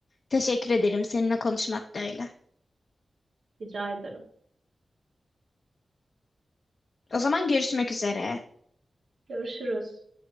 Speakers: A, on the left (about 65°); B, on the right (about 80°).
A: Teşekkür ederim. Seninle konuşmak da öyle.
B: Rica ederim.
A: O zaman görüşmek üzere.
B: Görüşürüz.